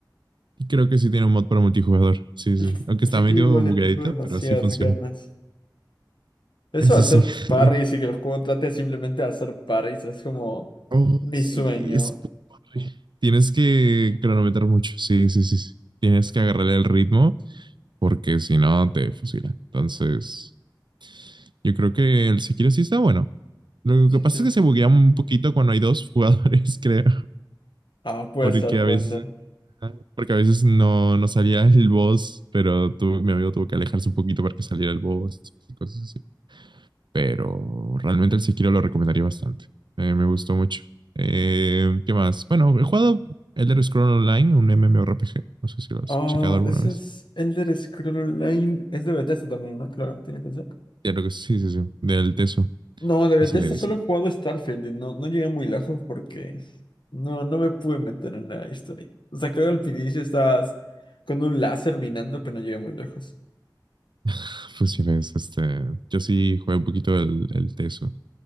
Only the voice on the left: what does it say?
El,
el
Sekiro
igual
le tengo demasiadas
ganas. Eso
de hacer
parries y que el juego trate simplemente de hacer parries es como
mi
sueño.
Sekiro
sí.
Ah, puede
ser,
puede
ser.
Oh,
ese
es Elder Scroll Online. Es de Bethesda también, ¿no? Claro, tiene que ser.
No, de Bethesda
solo he jugado Starfield y no, no llegué muy lejos porque no, no me pude meter en la historia. O sea, creo que al inicio estabas con un láser minando, pero no llegué muy lejos.